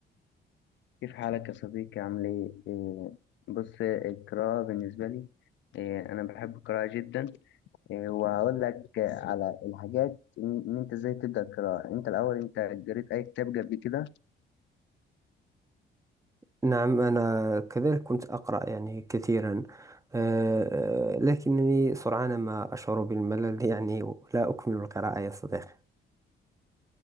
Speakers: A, on the left; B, on the right.
A: كيف حالك يا صديقي عامل ايه؟ إيه، بص القراءة بالنسبة لي إيه، أنا بحب القراءة جدا إيه، وهقول لك على الحاجات إن إن أنت إزاي تبدأ القراءة، أنت الأول أنت قريت أي كتاب قبل كده؟
B: نعم أنا كذلك كنت أقرأ يعني كثيرا آه، آه، لكنني سرعان ما أشعر بالملل يعني لا أكمل القراءة يا صديقي